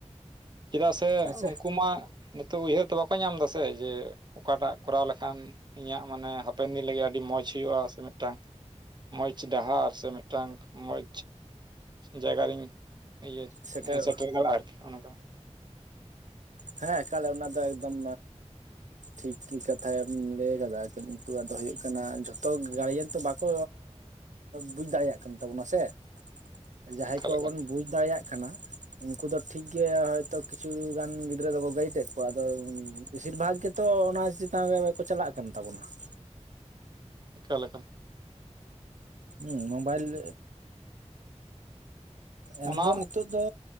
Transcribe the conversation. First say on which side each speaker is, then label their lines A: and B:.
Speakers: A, on the right; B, on the right.
A: ᱪᱮᱫᱟᱜ ᱥᱮ
B: ᱦᱮᱸᱥᱮ
A: ᱩᱝᱠᱩ ᱢᱟ ᱱᱤᱛᱚᱜ ᱩᱭᱦᱟᱹᱨ ᱛᱮ ᱵᱟᱠᱚ ᱧᱟᱢ ᱫᱟᱥᱮ ᱡᱮ ᱚᱠᱟᱴᱟᱜ ᱠᱚᱨᱟᱣ ᱞᱮᱠᱷᱟᱱ ᱤᱧᱟᱹᱜ ᱢᱟᱱᱮ ᱦᱟᱯᱮᱱ ᱫᱤᱱ ᱞᱟᱹᱜᱤᱫ ᱟᱹᱰᱤ ᱢᱚᱸᱡᱽ ᱦᱩᱭᱩᱜᱼᱟ ᱥᱮ ᱢᱤᱫᱴᱟᱝ ᱢᱚᱡᱽ ᱰᱟᱦᱟᱨ ᱥᱮ ᱢᱤᱫᱴᱟᱝ ᱢᱚᱡᱽ ᱡᱟᱭᱜᱟ ᱨᱤᱧ ᱤᱭᱟᱹ
B: ᱥᱮᱴᱮᱨᱚᱜᱼᱟ
A: ᱥᱮᱴᱮᱨ ᱫᱟᱲᱮᱣᱟ ᱟᱨᱠᱤ ᱚᱱᱚᱝᱠᱟ ᱾
B: ᱦᱮᱸ ᱮᱠᱟᱞᱮ ᱚᱱᱟ ᱫᱚ ᱮᱠᱫᱚᱢᱻ ᱴᱷᱤᱠ ᱠᱤ ᱠᱟᱛᱷᱟᱢ ᱞᱮ ᱠᱟᱫᱟ ᱠᱤᱱᱛᱩ ᱟᱫᱚ ᱦᱳᱭᱳᱜ ᱠᱟᱱᱟ ᱡᱷᱚᱛᱚ ᱜᱟᱨᱡᱮᱱ ᱛᱚ ᱵᱟ ᱠᱚᱻ ᱵᱩᱡ ᱫᱟᱲᱮᱭᱟᱜ ᱠᱟᱱ ᱛᱟᱵᱚᱱᱟ ᱥᱮ ᱾ ᱡᱟᱦᱟᱸᱭ
A: ᱮᱠᱟᱞ
B: ᱠᱚᱵᱚᱱ
A: ᱮᱠᱟᱞ
B: ᱵᱩᱡᱽ ᱫᱟᱲᱮᱭᱟᱜ ᱠᱟᱱᱟ, ᱩᱝᱠᱩ ᱫᱚ ᱴᱷᱤᱠ ᱜᱮ ᱦᱚᱭᱛᱚ ᱠᱤᱪᱷᱩ ᱜᱟᱱ ᱜᱤ ᱫᱽᱨᱟᱹ ᱫᱚᱠᱚ ᱜᱟᱹᱭᱤᱰ ᱮᱫ ᱠᱚᱣᱟ, ᱟᱫᱚ ᱵᱮᱥᱤᱨ ᱵᱷᱟᱜᱽ ᱜᱮᱛᱚ ᱚᱱᱟ ᱪᱮᱛᱟᱱ ᱨᱮᱠᱚ ᱪᱟᱞᱟᱜ ᱠᱟᱱ ᱛᱟᱵᱚᱱᱟ ᱾
A: ᱮᱠᱟᱞ ᱮᱠᱟᱞ ᱾
B: ᱦᱩᱸ, ᱢᱳᱵᱟᱭᱤᱞ ᱮᱢ
A: ᱚᱱᱟ
B: ᱫᱚ ᱱᱤᱛᱚᱜ ᱫᱚᱻ